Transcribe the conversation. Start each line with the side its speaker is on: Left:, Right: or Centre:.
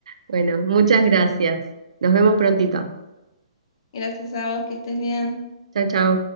Right: Bueno, muchas gracias. Nos vemos prontito.
Left: Gracias a vos, que estés bien.
Right: Chao, chao.